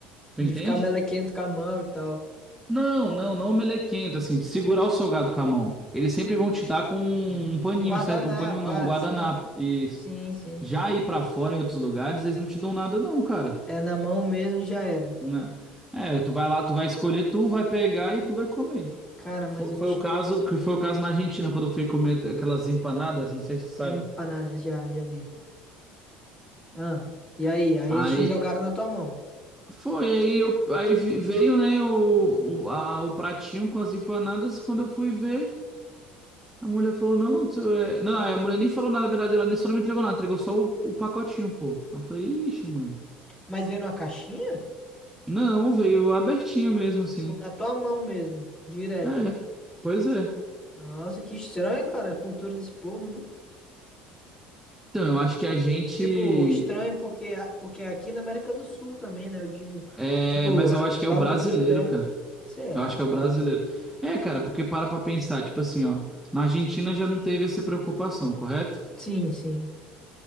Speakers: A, in the centre; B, on the left.
A: Tu
B: De
A: entende?
B: ficar melequento com a mão e tal.
A: Não, não, não melequento, assim, de segurar o salgado com a mão. Eles sempre vão te dar com um
B: Um
A: paninho,
B: guardanapo,
A: certo? Um paninho não,
B: ah,
A: um guardanapo.
B: sim.
A: Isso.
B: Sim, sim.
A: Já ir pra fora em outros lugares, eles não te dão nada não, cara,
B: É na mão mesmo e já era.
A: né? É, tu vai lá, tu vai escolher, tu vai pegar e tu vai comer.
B: Cara,
A: Foi,
B: mas eu,
A: foi
B: te,
A: o caso, que foi o caso na Argentina, quando eu fui comer aquelas empanadas, não sei se tu sabe.
B: Empanadas, já, já vi. Ah, e aí? Aí
A: Aí,
B: eles te jogaram na tua mão.
A: Foi, aí, eu, aí vi- veio, né, o, o, a- o pratinho com as empanadas. Quando eu fui ver, a mulher falou, não, tu é... Não, a mulher nem falou nada, na verdade, ela nem só não me entregou nada, entregou só o, o pacotinho, pô. Aí Eu falei, ixi, mano.
B: Mas veio numa caixinha?
A: Não, veio abertinho mesmo, assim.
B: Tipo, na tua mão mesmo, direto.
A: É, pois é.
B: Nossa, que estranho, cara, a cultura desse povo, né?
A: Então, eu acho que a gente...
B: Tipo, estranho porque, porque aqui na América do Sul também, né? Eu digo,
A: É,
B: tipo,
A: mas
B: a-
A: eu acho
B: logo
A: que é o brasileiro,
B: aqui perto.
A: cara.
B: Será,
A: Eu acho que
B: cara?
A: é o brasileiro. É, cara, porque para pra pensar, tipo assim, ó. Na Argentina já não teve essa preocupação, correto?
B: Sim, sim.